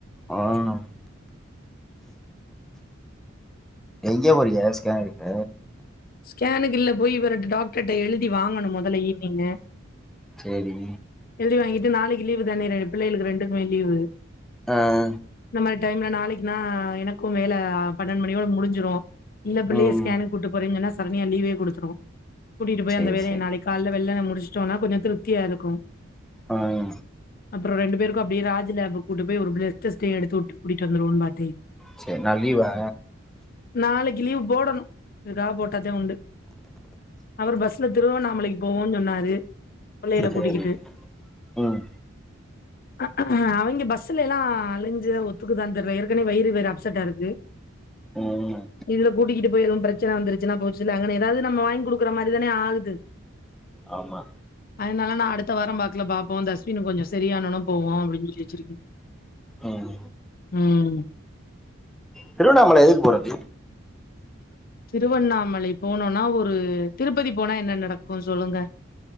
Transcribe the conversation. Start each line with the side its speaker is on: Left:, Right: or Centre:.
Centre: ஆஹ் எங்க போரிங்க ஸ்கேன் எடுக்க
Left: ஸ்கேனுக்கு இல்ல போய்ர டாக்டர் டிக்ட்டர் எழுதி வாங்கணும் முதல்ல ஈவினிங்க
Centre: சேரி
Left: எழுதி வாங்கிட்டு நாளைக்கு லீவு தானே பிள்ளைகளுக்கு ரெண்டுமே லீவு
Centre: ஆஹ
Left: மாதிரி டைம்ல நாளைக்குனா எனக்கும் வேல பன்னெண்டு மணியோட முடிஞ்சிரும் இல்ல பிள்ளையைஸ்கோனு
Centre: ம்
Left: கூட்டு ங்கன்னா சரனையா லீவே கொடுத்துரும் கூட்டிட்டு போய்
Centre: சேரி
Left: அந்த வேலய
Centre: சேரி
Left: நாளைக்கு காலைல வெள்ளண்ணை முடிச்சுட்டோம்னா கொஞ்சம் திருப்தியா இருக்கும்
Centre: ஆஹ
Left: அப்புறம் ரெண்டு பேருக்கும் அப்படியே ராஜ் லேப் கூட்டு போய் ஒரு பிள்ட ஸ்ட் எடுத்துட்டு கூட்டிட்டு வந்துவோன்னு பாத்தே
Centre: செரி நாள் லீவா
Left: நாளைக்கு லீவ் போடனு இதுக்காக போட்டத்தா உண்டு அப்புறம் பஸ்ல திருவண்ணாமலைக்கு போவோம்ன்னு சொன்னாரு பிள்ளையில கூட்டிக்கிட்டு
Centre: சேரி ம்
Left: ஹஹ அவங்க பஸ்ல எல்லாம் அலைஞ்ச ஒத்துக்குதான் தெர்ற ஏற்கனவே வயிறு வேற அப்செட்டா இருக்கு
Centre: ம்
Left: இதுல கூட்டிக்கிட்டு போய் எதுவும் பிர ச்சன வந்துருச்சுனா போச் சு அங்கன ஏதாவது நம்ம வாங்கி கொடுக்குற மாதிரி தானே ஆகுது
Centre: ஆமா
Left: அதனால நான் அடுத்த வாரம் பாக்கு பாப்போம் தஸ்வின் கொஞ்சம் சரியனும் போவோ அப்படின்னு சொல்லி வச்சிருக்கக்க
Centre: ம்
Left: உம்
Centre: திருவண்ணாமலை எதுக்கு போறது
Left: திருவண்ணாமலை போனோனா ஒரு திருப்பதி போனா என்ன நடக்கும் இருக்கும்ன்னு சொல்லுங்க